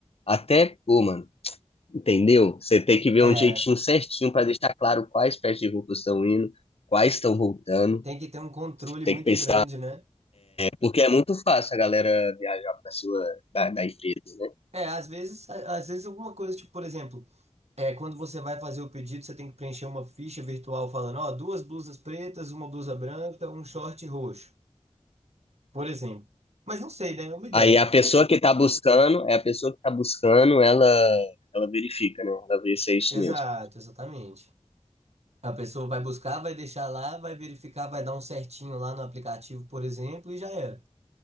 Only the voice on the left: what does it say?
até, pô, mano, entendeu? Você tem que ver
um jeitinho certinho para deixar claro quais peças de roupa estão indo, quais estão voltando.
Tem
que pensar,
porque é muito fácil a galera viajar para sua da, da empresa, né?
Aí a pessoa que tá buscando, é a pessoa que tá buscando, ela ela verifica, né? Ela vê se é isso
mesmo.